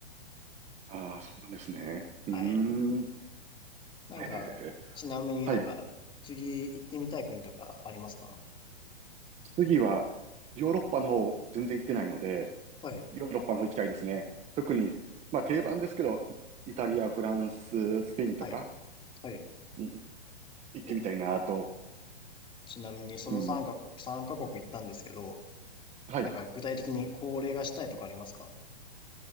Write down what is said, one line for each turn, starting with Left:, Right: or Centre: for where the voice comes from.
Right: ああ、そうなんですね。
Left: はい。
Right: うーん。
Left: なんか、
Right: えー
Left: ちなみになんか、
Right: はい。
Left: 次行ってみたい国とかありますか
Right: 次はヨーロッパの方全然行ってないので、
Left: はい、
Right: ヨーロッパの方行きたいですね。特に、まあ定番ですけど、イイタリア、フランス、スペインとか
Left: はい、はい。
Right: にい行ってみたいなと。
Left: おちなみにその3カ国、
Right: うん。
Left: 3カ国行ったんですけど、
Right: はい。
Left: なんか具体的に恒例がしたいとかありますか